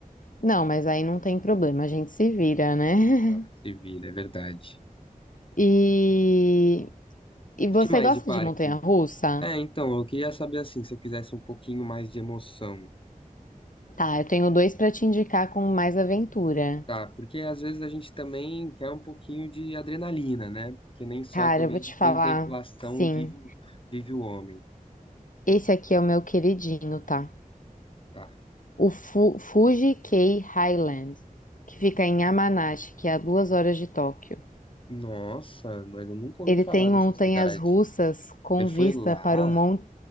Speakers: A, on the left (about 65°); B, on the left (about 35°).
A: Não, mas aí não tem problema, a gente se vira, né?
B: Ah,
A: <laughs>
B: Se vira, é verdade.
A: E, e você
B: Que mais
A: gosta
B: de parque?
A: de montanha-russa?
B: É, então, eu queria saber assim, se eu quisesse um pouquinho mais de emoção,
A: Tá, eu tenho dois pra te indicar com mais aventura.
B: tá? Porque às vezes a gente também quer um pouquinho de adrenalina, né? Porque nem só
A: Cara,
B: também
A: eu vou
B: de
A: te
B: contemplação
A: falar, sim.
B: vive o, vive o homem,
A: Esse aqui é o meu queridinho, tá?
B: tá?
A: O Fu Fuji K Highland, que fica em Yamanashi, que é a duas horas de Tóquio.
B: Nossa, mas eu nunca ouvi
A: Ele
B: falar
A: tem
B: dessa
A: montanhas
B: cidade.
A: russas com
B: Você foi
A: vista
B: lá?
A: para o Monte.